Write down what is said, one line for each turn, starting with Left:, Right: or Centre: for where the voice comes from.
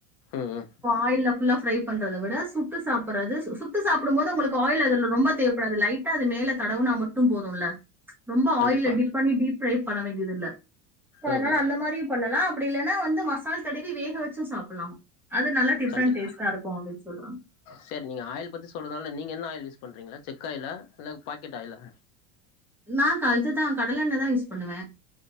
Left: ம் ம் ம்
Centre: ஆயில்ல ஃபுல்லா ஃபிரை பண்றத விட சுட்டு சாப்படுறது சுட்டு சாப்பிடும்போது உங்களுக்கு ஆயில் அதில ரொம்ப தேவைப்படாது லைட்டா அது மேல தடவுனா மட்டும் போதும்ல ரொம்ப
Left: கண்டிப்பா
Centre: ஆயில்ல டிப் பண்ணி டீப் ஃபிரை பண்ண வேண்டியதில்ல அதனால
Left: ம் ம்
Centre: அந்த மாதிரியும் பண்ணலாம் அப்படி இல்லைன்னா வந்து மசால் தடவி வேக வச்சும் சாப்பிடலாம் அது நல்ல டிஃப்ரெண்ட்
Left: சண்டி
Centre: டேஸ்டா இருக்கும் அப்படின்னு சொல்றாங்க
Left: சரி நீங்க ஆய பத்தி சொல்றதுனால நீங்க <unintelligible> என்ன ஆய பண்றீங்களா செக்காயிலா <unintelligible> அல்ல பாக்கெட் ஆலா
Centre: நான் கழத்து தான் கடல எண்ணெ தான் பண்ணுவேன்